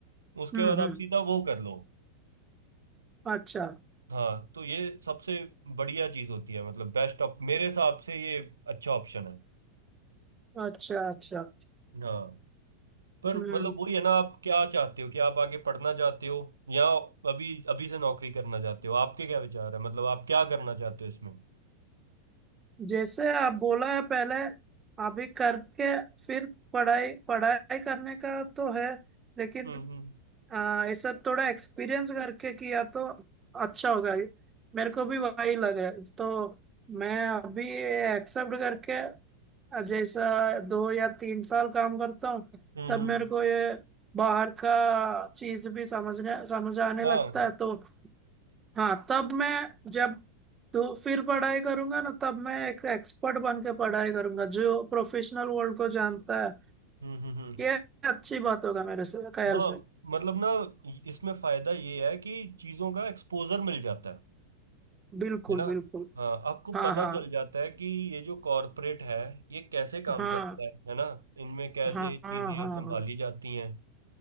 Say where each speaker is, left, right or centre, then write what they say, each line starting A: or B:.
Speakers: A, on the right (about 70°); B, on the right (about 20°).
A: उसके
B: हम्म
A: बाद
B: हम्म,
A: आप सीधा वो कर लो
B: अच्छा
A: हाँ तो ये सबसे बढ़िया चीज होती है मतलब बेस्ट ऑप मेरे हिसाब से ये अच्छा ऑप्शन है
B: अच्छा अच्छा
A: हाँ पर
B: हम्म
A: मतलब वही है ना आप क्या चाहते हो कि आप आगे पढ़ना चाहते हो या अभी अभी से नौकरी करना चाहते हो आपके क्या विचार है मतलब आप क्या करना चाहते हो इसमें
B: जैसे आप बोला है पहले अभी करके फिर पढ़ाई पढ़ाई करने का तो है लेकिन
A: हम्म हम्म
B: हाँ ऐसा थोड़ा एक्सपीरियंस करके किया तो अच्छा होगा मेरे को भी वही लग रहा है तो मैं अभी एक्सेप्ट करके जैसा दो या तीन साल काम करता हूँ
A: हम्म
B: तब
A: हम्म,
B: मेरे को ये बाहर का चीज भी समझने समझ आने
A: हाँ
B: लगता है तो हाँ तब मैं जब तो फिर पढ़ाई करूंगा ना तब मैं एक एक्सपर्ट बन के पढ़ाई करूंगा जो प्रोफेशनल वर्ल्ड को जानता है
A: हम्म हम्म हम्म
B: ये अच्छी बात होगा मेरे से ख्याल
A: हाँ
B: से
A: मतलब ना इसमें फायदा ये है कि चीजों का एक्सपोजर मिल जाता है
B: बिल्कुल
A: है ना
B: बिल्कुल
A: हाँ आपको
B: हाँ
A: पता
B: हाँ
A: चल जाता है कि ये जो कॉरपोरेट है ये कैसे काम
B: हाँ
A: करता है है ना इनमें कैसे
B: हाँ हाँ
A: चीजें
B: हाँ
A: संभाली
B: हाँ।
A: जाती हैं